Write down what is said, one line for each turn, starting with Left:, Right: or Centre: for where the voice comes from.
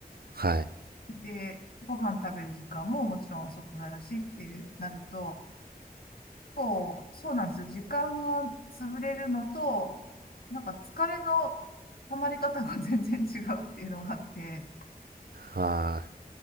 Right: はい。
Left: で、ご飯食べる時間ももちろん遅くなるしっていう、なると、こう、そうなんですよ。時間が潰れるのと、なんか疲れの溜まり方が全然違うっていうのがあって、
Right: ああ、